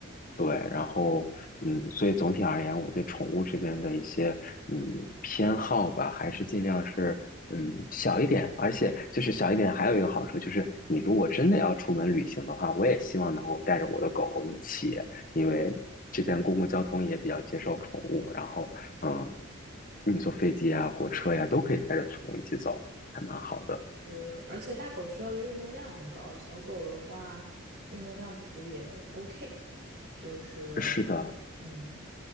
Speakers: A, on the left (about 40°); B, on the right (about 50°).
A: 对，然后嗯，所以总体而言，我对宠物这边的一些嗯偏好吧，还是尽量是嗯小一点，而且就是小一点，还有一个好处就是，你如果真的要出门旅行的话，我也希望能够带着我的狗狗一起。因为这边公共交通也比较接受宠物，然后嗯，你坐飞机啊、火车呀、都可以带着宠物一起走，还蛮好的。
B: 是，而且大狗需要的运动量很高，小狗的话运动量不足也 OK。就是，
A: 是的，
B: 嗯，